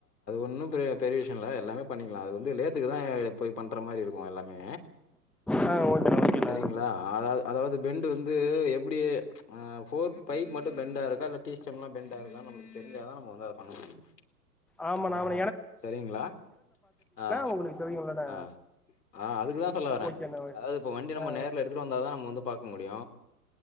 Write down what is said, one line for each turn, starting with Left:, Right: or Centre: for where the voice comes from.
Left: இன்னு பெரிய பெரிவிஷ்யுலா எலாமே பண்ணிகலா அது வந்து லேத்குதா இப் இப்பன்ற மாரி இருகு எல்லாமே
Centre: ஆ ஓகேண்ணா ஓகேண்ணா
Left: செரிங்ளா அதாவ் அதாவ்து பெண்டு வந்து எப்டி ச்சு ஃபோர் ஃபைவ் பெண்டா இருகு இல்ல டீஸ்டெம்லா‌ பெண்டா இருகானு தெரிஞ்சாதா நம்ம வந்து அத பண்ண முடியு
Centre: ஆம் ப்ப நா வந்
Left: செரிங்களா ஆ
Centre: உங்களுக்கு தெரியும்லண்ணா
Left: ஆஹ் ஆஹ் அதுக்கு தா சொல்ல வரே
Centre: ஓகேண்ணா
Left: அதாவது இப்போ வண்டி நம்ம
Centre: ஆ ஆ
Left: நேர்ல எடுத்துட்டு வந்தா தா நம்ம வந்து பாக்க முடியு